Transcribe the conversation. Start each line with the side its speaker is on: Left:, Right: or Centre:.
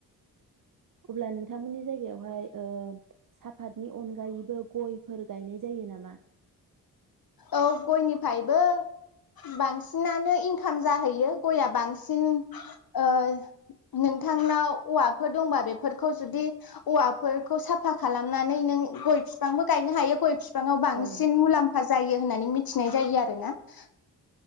Right: अब्ला नोंथांमोननि जायगायावहाय ओ साफतनि अनगायैबो गयफोर गायनाय जायो नामा?
Left: औ गयनिफ्रायबो बांसिनानो इनकाम जाहैयो गयआ बांसिन ओ नोंथांनाव औवाफोर दंबा बेफोरखौ जुदि औवाफोरखौ साफा खालामनानै नों गय बिफांबो गायनो हायो गय फिफां फिफाङाव बांसिन
Right: औ
Left: मुलाम्फा जायो होननानै मिथिनाय जायो आरोना ।